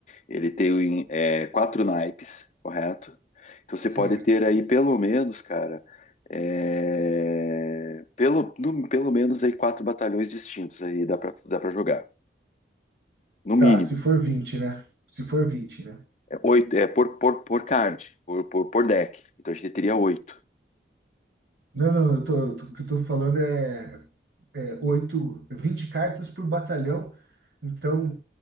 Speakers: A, on the left; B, on the right.
A: Ele tem o em- é, quatro naipes, correto? Então você
B: Certo.
A: pode ter aí pelo menos, cara, é, pelo, no- pelo menos aí quatro batalhões distintos aí dá pra, dá pra jogar. No mínimo,
B: Tá, se for 20, né? Se for vinte, né?
A: é oito, é por, por, por card, por, por, por deck. Então a gente teria oito.
B: Não, não, eu tô, eu tô- o que eu tô falando é, é 8, 20 cartas por batalhão. Então,